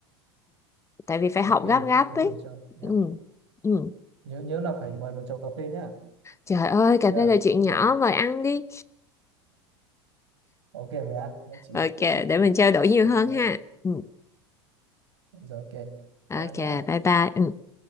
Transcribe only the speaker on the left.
Tại vì phải
học
gấp gấp
ấy.
Ừ. Ừ.
Trời ơi, cà
phê là chuyện
nhỏ,
mời ăn đi.
Ok,
để
mình trao đổi nhiều
hơn ha. Ừ.
Ok,
bye bye. Ừ.